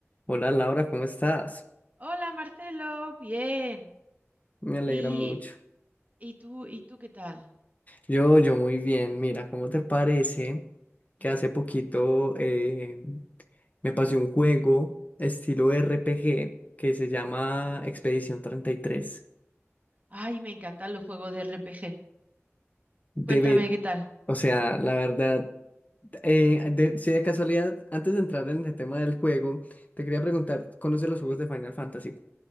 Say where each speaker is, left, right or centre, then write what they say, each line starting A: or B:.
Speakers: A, on the left; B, on the right.
A: Hola Laura, ¿cómo estás?
B: Hola Marcelo, bien.
A: Me alegra
B: ¿Y,
A: mucho.
B: y tú, y tú qué tal?
A: Yo, yo muy bien. Mira, ¿cómo te parece que
B: Ujú.
A: hace poquito eh, me pasé un juego estilo RPG que se llama Expedición 33?
B: Ay, me encantan los juegos de RPG.
A: Debe,
B: Cuéntame qué tal.
A: o sea, la verdad, eh, de- si de casualidad, antes de entrar en el tema del juego, te quería preguntar, ¿conoces los juegos de Final Fantasy?